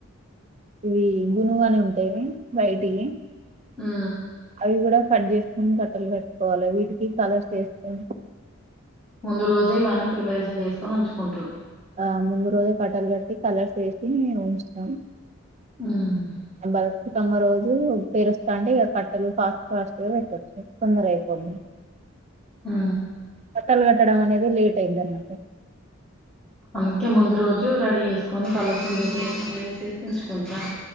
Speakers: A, on the right; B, in the centre.
A: ఇవి గునుగని ఉంటాది. బయటి
B: ఆ
A: అవి కూడా కట్ చేసుకొని కట్టలు కట్టుకోవాలి. వీటికి కలర్స్ వేస్తాం.
B: ముందు రోజే ఇవన్నీ ప్రిపరేషన్ చేసుకొని ఉంచుకుంటాము.
A: ఆ ముందు రోజులు కట్టలు కట్టి కలర్స్ వేసి ఉంచుతాం.
B: మ్మ్
A: బతుకమ్మ రోజు పేరుస్తా ఉంటే ఇక కట్టలు ఫాస్ట్ ఫాస్ట్ గా పెట్టొచ్చు తొందర అయిపోద్ది.
B: ఆ
A: కట్టలు కట్టడం అనేది లేట్ అయితాది.
B: అందుకే ముందు రోజు రెడీ చేసుకొని కలర్స్ కూడా వేసి ఉంచుకుంటా.